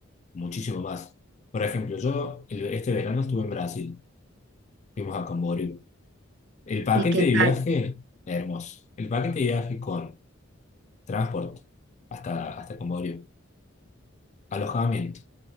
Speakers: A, on the left (about 35°); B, on the right (about 60°).
A: muchísimo más. Por ejemplo, yo el- este verano estuve en Brasil, fuimos a Camboriú. El paquete
B: ¿Y qué
A: de
B: tal?
A: viaje, hermoso. El paquete de viaje con transporte hasta, hasta Camboriú, alojamiento,